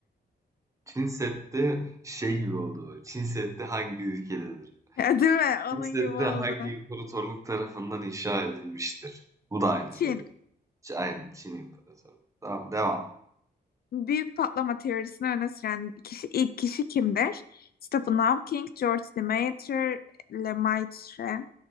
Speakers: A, on the right; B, on the left.
A: Çin Seddi şey gibi oldu böyle, Çin Seddi hangi ülkededir?
B: Değil mi? Onun
A: Çin Seddi
B: gibi oldu.
A: hangi imparatorluk tarafından inşa edilmiştir? Bu da aynı
B: Çin.
A: soru. Ç aynen, Çin İmparatorluğu. Tamam, devam.
B: Büyük patlama teorisini öne süren kişi, ilk kişi kimdir? Stephen Hawking, George Lemaitre, Lemaitre,